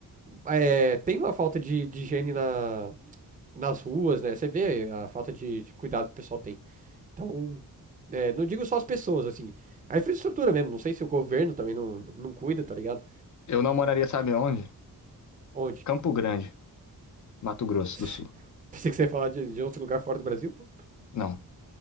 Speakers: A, on the right (about 20°); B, on the left (about 50°).
A: é, tem uma falta de, de higiene na, nas ruas, né? Você vê a falta de, de cuidado que o pessoal tem. Então, é, não digo só as pessoas, assim, a infraestrutura mesmo. Não sei se o governo também não, não cuida, tá ligado?
B: Eu não moraria, sabe onde?
A: Onde?
B: Campo Grande, Mato Grosso
A: <laughs>
B: do Sul.
A: Pensei que você ia falar de, de outro lugar fora do Brasil, pô.
B: Não.